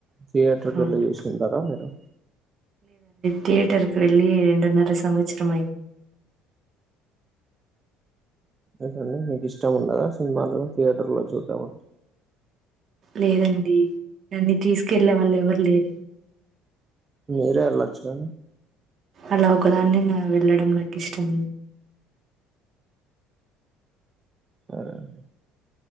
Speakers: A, on the right (about 20°); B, on the right (about 35°).
A: థియేటర్ కి
B: అవును
A: వెళ్లి చూస్తుంటారా మీరు
B: థియేటర్కు వెళ్లి రెండున్నర సంవత్సరం అయ్యి
A: ఏంటండీ మీకు ఇష్టం ఉండదా సినిమాలు థియేటర్లో చూడం
B: లేదండి నన్ని తీసుకెళ్లేవాళ్లు ఎవరూ లేరు
A: మీరే వెళ్ళొచ్చు కా
B: అలా ఒకదాన్నే నా వెళ్ళడం నాకు ఇష్టం లేదు
A: సరే అండి